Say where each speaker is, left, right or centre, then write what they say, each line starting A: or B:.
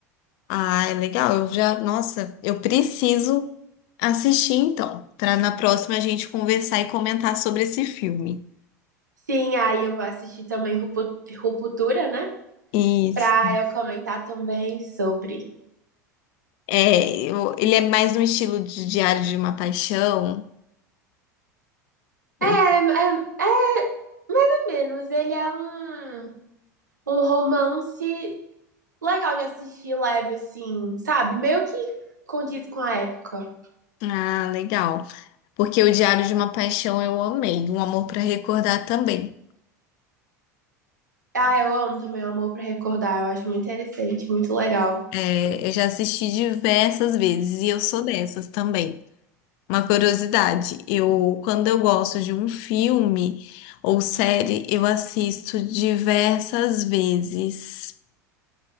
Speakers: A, on the left; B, on the right.
A: Ah, é legal. Eu já, nossa, eu preciso assistir então, para na próxima a gente conversar e comentar sobre esse filme.
B: Sim, aí eu vou assistir também Rupu- Ruptura, né?
A: Isso.
B: Pra eu comentar também sobre.
A: É, eu- ele é mais um estilo de Diário de uma Paixão. É.
B: É, é, é menos. Ele é um um romance legal de assistir, leve, assim, sabe? Meio que condiz com a época.
A: Ah, legal. Porque o Diário de uma Paixão eu amei, Um Amor para Recordar também.
B: Ah, eu amo também o Amor pra Recordar, eu acho muito interessante, muito legal.
A: É, eu já assisti diversas vezes e eu sou dessas também. Uma curiosidade, eu quando eu gosto de um filme ou série, eu assisto diversas vezes.